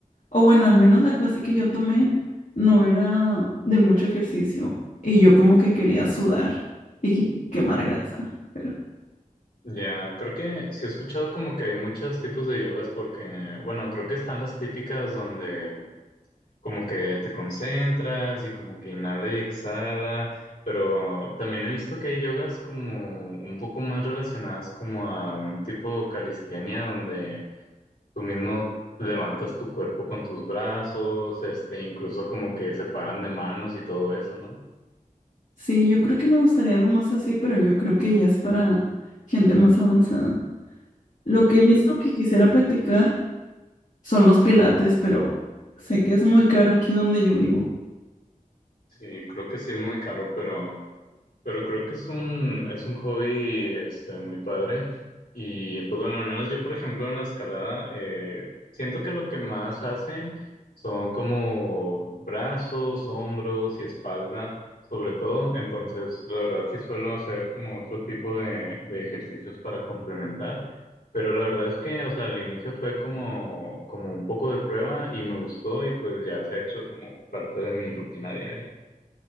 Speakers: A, on the left; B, on the left.
A: o bueno, al menos la clase que yo tomé no era de mucho ejercicio y yo como que quería sudar y que- quemar
B: Em,
A: grasa, pero
B: Ya, creo que sí he escuchado como que hay muchos tipos de yogas porque, bueno, creo que están las típicas donde... como que te concentras y como que inhala y exhala, pero también he visto que hay yogas como un poco más relacionadas como a un tipo de calistenia donde tú mismo levantas tu cuerpo con tus brazos, este, incluso como que se paran de manos y todo eso, ¿no?
A: sí, yo creo que me gustaría algo más así, pero yo creo que ya es para gente más avanzada. Lo
B: Sí,
A: que he visto
B: es-
A: que quisiera practicar son los pilates, pero sé que es muy caro aquí donde yo vivo,
B: sí, creo que sí es muy caro, pero Pero creo que es un, es un hobby este, muy padre. Y pues bueno, al menos yo, por ejemplo, en la escalada, eh, siento que lo que más hacen son como brazos, hombros y espalda, sobre todo. Entonces, la verdad sí suelo hacer como otro tipo de, de ejercicios para complementar. Pero la verdad es que, o sea, al inicio fue como, como un poco de prueba y me gustó y pues ya se ha hecho como parte de mi rutina diaria.